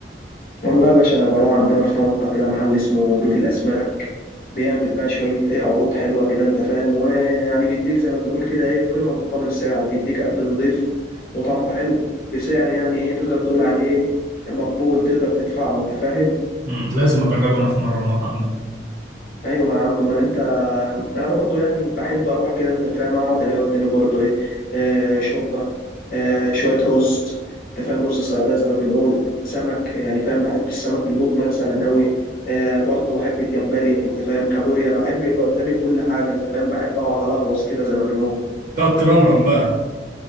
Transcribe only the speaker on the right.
مم. لازم اجربه انا في مره المطعم ده
تقعد ترمرم بقى